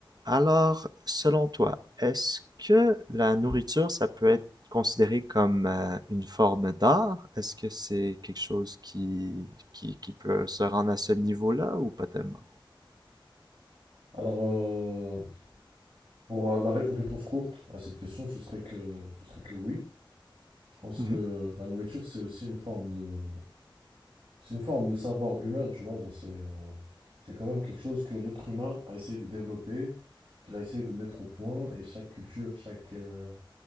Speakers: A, on the right; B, on the right.
A: Alors, selon toi, est-ce que la nourriture, ça peut être considéré comme euh, une forme d'art? Est-ce que c'est quelque chose qui, qui, qui peut se rendre à ce niveau-là ou pas tellement?
B: Alors, euh, pour euh, la ré- une réponse courte à cette question, ce serait que, ce serait que oui. Je pense
A: Mhm.
B: que la nourriture, c'est aussi une forme de, c'est une forme de savoir humain, tu vois. Genre, c'est, euh, c'est quand même quelque chose que l'être humain a essayé de développer, qu'il a essayé de mettre au point, et chaque culture, chaque, euh,